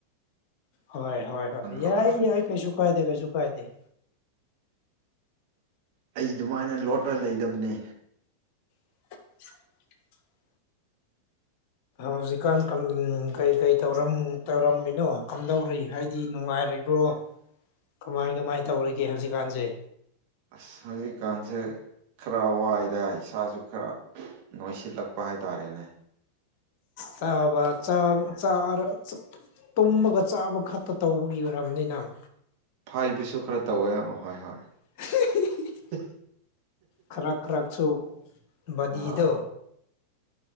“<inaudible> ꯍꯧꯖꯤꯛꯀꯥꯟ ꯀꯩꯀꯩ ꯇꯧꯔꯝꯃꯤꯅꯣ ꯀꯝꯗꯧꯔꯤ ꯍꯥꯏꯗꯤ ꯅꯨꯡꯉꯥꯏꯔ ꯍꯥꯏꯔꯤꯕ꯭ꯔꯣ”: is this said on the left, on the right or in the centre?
Left